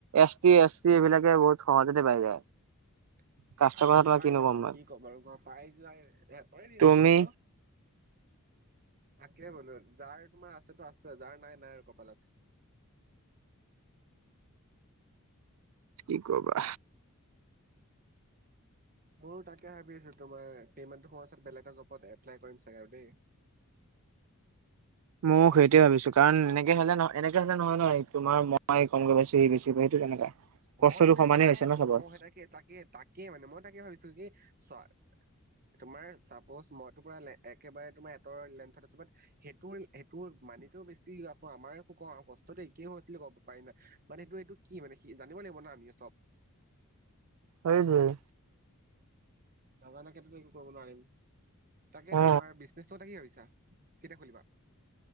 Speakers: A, on the right; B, on the right.
A: এছ টি এছ চি, এইবিলাকে বহুত সহজতে পাই যায়।
B: <unintelligible>
A: কাষ্টৰ
B: <unintelligible>
A: কথা তোমাক
B: পাই
A: কিনো
B: যাব
A: মই
B: কি কম আৰু ন, পাই যাই <unintelligible> কৰে দিম
A: তুমি
B: আৰু ন। তাকে বোলো, যাৰ তোমাৰ আছেটো আছে, যাৰ নাই নাই আৰু কপালত।
A: কি কবা।
B: মোৰো তাকে ভাবি আছো, তোমাৰ পেমেণ্টটো হোৱা পাছত, বেলেগ এটা জবত এপ্লাই কৰিম চাগে আৰু দেই। <inaudible>
A: মইও
B: বুজিছা
A: সেইটোৱে ভাবিছো কাৰণ এনেকে হ'লে নহয় এনেকে হ'লে নহয় ন, তোমাৰ মই কম গৈ পাইছোহি বেছি সেইটো কেনেকা। কষ্টটো
B: মই কিন্তু
A: সমানেই
B: চাই
A: হৈছে
B: আছো,
A: ন চবৰ
B: মই সেই তাকে তাকে, তাকে মানে মই তাকে ভাবিছো, কি চোৱা তোমাৰ চাপ'জ মইতো পৰা একেবাৰে তোমাৰ এটৰ লেন্থত আছো বাত সেইটোৰ, সেইটোৰ মানিতো বেছি আকৌ আমাৰ হ'ব কষ্টটো একেই হৈ আছিলে ক পাৰি নাই মানে এইটো, এইটো কি মানে সি জানিব লাগিব ন আমি চব।
A: উম হম।
B: নাজানাকেতো একো কৰিব নোৱাৰিম, তাকে
A: অ
B: তোমাৰ বিজনেছটো কথা কি ভাবিছা, কেতিয়া খুলিবা?